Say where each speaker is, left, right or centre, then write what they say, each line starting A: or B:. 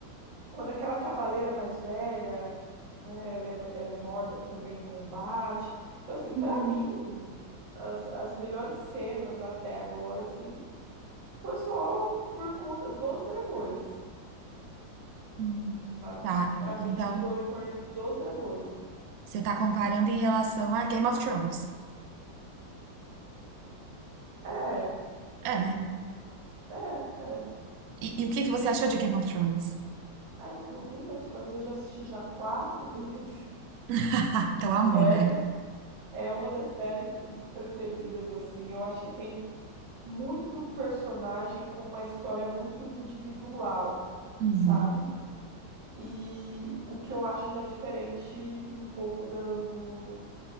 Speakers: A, on the right; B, on the right.
A: Quando aquela cavaleira mais velha, né? Ela é, ela é morta também em combate. Então, assim, pra
B: Uhum.
A: mim, as, as melhores cenas até agora, assim, foi só por conta dos dragões.
B: Hum.
A: sabe?
B: Tá.
A: Pra mim
B: Então,
A: girou em torno dos dragões.
B: você tá comparando em relação a Game of Thrones.
A: É,
B: É, né?
A: é, é.
B: E, e o que que você achou de Game of Thrones?
A: Ah, então, Game of Thrones eu já assisti já quatro <laughs> vezes.
B: <laughs> Então, amor,
A: É,
B: né?
A: é uma das séries hum, preferidas, assim. Eu acho que tem muito personagem com uma história muito individual,
B: Uhum.
A: sabe? E o que eu acho já diferente um pouco da, do,